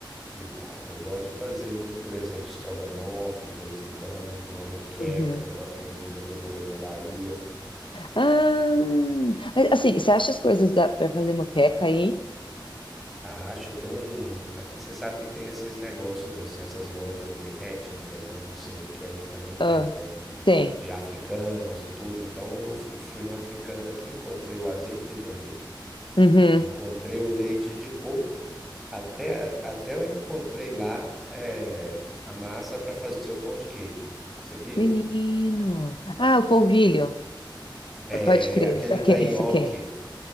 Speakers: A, in the centre; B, on the left (about 75°).
A: de prato. Eu gosto de fazer muito, por exemplo, estrogonofe de vez em quando, uma moqueca
B: uhum.
A: que eu aprendi quando eu morei na Bahia.
B: Ah, mas, assim, você acha as coisas da, pra fazer moqueca aí?
A: Acho, tem um. Aqui você sabe que tem esses negócios, assim, essas lojas étnicas, né? Não sei, que aí também
B: Ah,
A: tem, né? De,
B: tem.
A: de africanos e tudo. Então eu fu- fui no africano aqui, encontrei o azeite de dendê,
B: Uhum.
A: encontrei o leite de coco, até, até eu encontrei lá é, a massa para fazer o pão de queijo. Você pira?
B: Menino. Ah, o polvilho.
A: É,
B: Pode crer.
A: aquele
B: Saquei,
A: da ioki.
B: saquei.